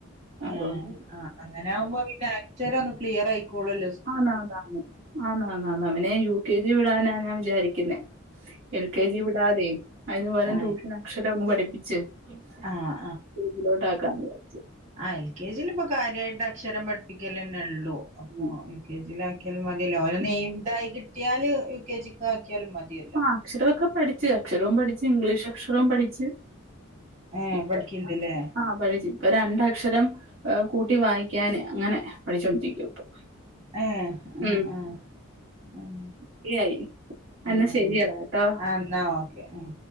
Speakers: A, on the right; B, on the right.
A: അതുകൊണ്ട്
B: ഏഹേ ആ അങ്ങനെ ആകുമ്പോ പിന്നെ അക്ഷരൊന്ന് ക്ലിയറായിക്കോളുവല്ലോ
A: ആന്ന് ആന്നാന്നാ ആന്ന് ആന്നാന്ന് അവനെ യു കെ ജി വിടാനാ ഞാൻ വിചാരിക്കുന്നേ എൽ കെ ജി വിടാതെ അതിന് പകരം
B: ആഹ്
A: ട്യൂഷൻ അക്ഷരം ഒന്ന് പഠിപ്പിച്ച് യു. കെ.
B: ആഹ്
A: ജിയിലോട്ട് ആകാന്ന് വിചാരിച്ച്
B: ആ എൽ കെ ജില് ഇപ്പൊ കാര്യായിട്ട് അക്ഷരം പഠിപ്പിക്കലന്നെയൊള്ളൂ അപ്പൊ
A: ഉം
B: യു കെ ജിയിൽ ആക്കിയാലും മതി മതിയല്ലോ ഓനൊന്ന്
A: ഉം
B: എയ്മിടായി കിട്ടിയാല് യു കെ ജിക്ക് ആക്കിയാലും മതിയല്ലോ
A: അക്ഷരവൊക്കെ പഠിച്ച് അക്ഷരവും പഠിച്ച് ഇംഗ്ലീഷ് അക്ഷരവും പഠിച്ച്
B: ഏഹ്
A: ഇപ്പൊ
B: പഠിക്ക്ണ്ട്ല്ലേ
A: ആഹ് പടിച്ച് ഇപ്പൊ രണ്ടക്ഷരം കൂട്ടി വായിക്കാന് അങ്ങനെ പഠിച്ചു കൊണ്ടിരിക്ക ഇപ്പൊ
B: ഏഹ് ആഹ്
A: ഉം
B: ആഹ് ഉം
A: ഫ്രീയായി എന്നാ
B: ആഹ്
A: ശരിയെടാ കേട്ടോ
B: ആഹ് എന്നാ ഓക്കെ ഉം